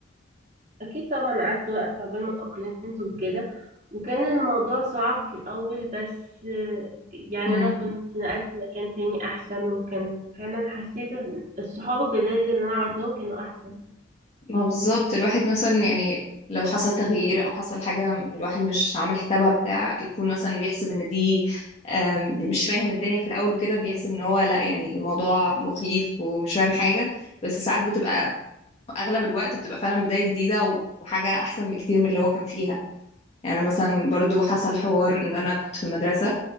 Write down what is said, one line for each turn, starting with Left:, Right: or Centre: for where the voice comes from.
Right: اكيد طبعا قعدت وقت عقبال ما اتأقلمت وكده وكان الموضوع صعب في الاول بس آه، يعني
Left: مم.
Right: انا كنت نقلت مكان تاني احسن وكان فعلا حسيت ال- الصحاب الجداد اللي انا عملتهم كانوا احسن
Left: ما بالظبط الواحد مثلا يعني لو حصل تغيير او حصل حاجه الواحد مش عامل حسابها بتاع يكون مثلا بيحسب ان دي آم، مش فاهم الدنيا في الاول وكده بيحسب ان هو لا يعني الموضوع مخيف ومش فاهم حاجه بس ساعات بتبقى اغلب الوقت بتبقى فعلا بدايه جديده و- وحاجه احسن بكتير من اللي هو كان فيها يعني أنا مثلا برضو حصل حوار ان انا كنت في مدرسه